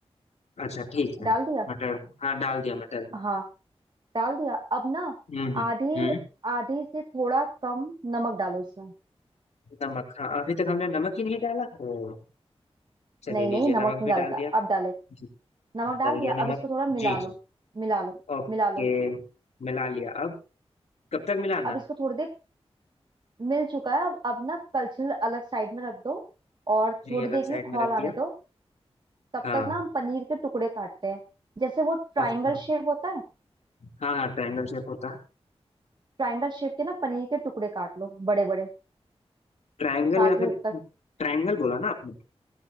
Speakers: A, on the left (about 85°); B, on the right (about 45°).
A: अच्छा ठीक है
B: डाल दिया
A: मटर हाँ डाल दिया मटर
B: हाँ डाल दिया अब ना
A: हम्म हम्म
B: आधे
A: हम्म।
B: आधे से थोड़ा कम नमक डालो इसमें
A: नमक हाँ अभी तक हमने नमक ही नहीं डाला ओ चलिए
B: नहीं
A: लीजिए
B: नहीं नमक
A: नमक
B: नहीं
A: भी
B: डालता
A: डाल दिया
B: अब डाले
A: जी,
B: नमक
A: डाल
B: डाल दिया
A: दिया
B: अब
A: नमक
B: इसको थोड़ा मिला
A: जी जी
B: लो मिला लो
A: ओके
B: मिला लो
A: मिला लिया अब कब तक मिलाना
B: अब इसको थोड़ी देर मिल चुका है अब अब ना कलछल अलग साइड में रख दो और
A: जी
B: थोड़ी
A: अलग
B: देर के
A: साइड
B: लिए
A: में
B: खौल
A: रख
B: आने
A: दिया
B: दो तब
A: हाँ
B: तक ना हम पनीर के टुकड़े काटते हैं जैसे वो ट्रायंगल
A: ऑफ कोर्स
B: शेप होता है
A: हाँ हाँ ट्रायंगल शेप होता है
B: ट्रायंगल शेप के ना पनीर के टुकड़े काट लो बड़े बड़े
A: ट्रायंगल
B: काट
A: या
B: लो
A: फिर
B: जब तक
A: ट्रायंगल बोला ना आपने